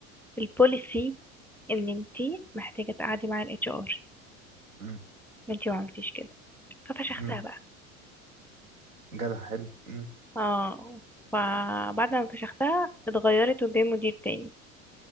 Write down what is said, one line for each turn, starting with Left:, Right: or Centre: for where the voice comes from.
Centre: البوليسي ان انتي محتاجه تقعدي مع الاتش ار
Right: مم.
Centre: انتي ما عملتيش كده ففشختها
Right: مم.
Centre: بقى
Right: جدع حلو مم.
Centre: اه فبعد ما فشختها اتغيرت وجاي مدير تاني